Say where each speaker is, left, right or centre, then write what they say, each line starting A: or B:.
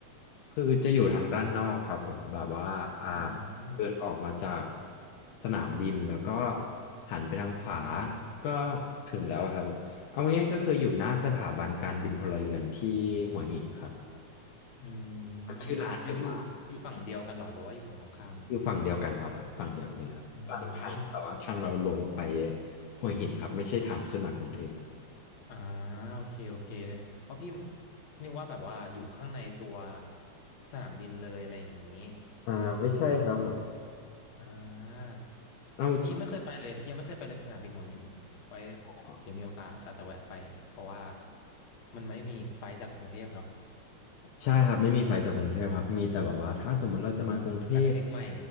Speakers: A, on the left; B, on the left.
A: คือจะอยู่ทางด้านนอกครับผมแบบว่าอ่า
B: อืม
A: เดินออกมาจากสนามบินแล้วก็หันไปทางขวาก็ถึงแล้วอะครับผมเอาง่ายๆก็คืออยู่หน้าสถาบันการบินพลเรือนที่หัวหินครับ
B: อืม
A: มันชื่อร้านเดอะ
B: อยู่อยู่อยู่ฝั่งเดียวกันเหรอหรือว่าอยู่ฝั่งตรงข้าม
A: อยู่ฝั่งเดียวกันครับผมฝั่งเดียวกันเลยครับฝั่งทางที่แบบว่าทางเราลงไป
B: อืม
A: ห้วยหินครับไม่ใช่ทางขึ้นมากรุงเทพครับ
B: อ่าโอเคโอเคเพราะพี่พี่นึกว่าแบบว่าอยู่ข้างในตัวสนามบินเลยอะไรอย่างนี้
A: อ่าไม่ใช่ครับผม
B: อ่า
A: เอาจริง
B: แต่พี่ยังไม่เคยไปเลยยังไม่เคยไปเลยสนามบินหัวหินไว้
A: เหรอ
B: เดี๋ยวมีโอกาสอาจจะแวะไปเพราะว่ามันไม่มีไฟล์จากกรุงเทพเนาะ
A: ใช่ครับไม่มีไฟจากกรุงเทพครับมีแต่แบบว่าถ้าสมมุติเราจะมากรุงเทพ
B: จากเชียงใหม่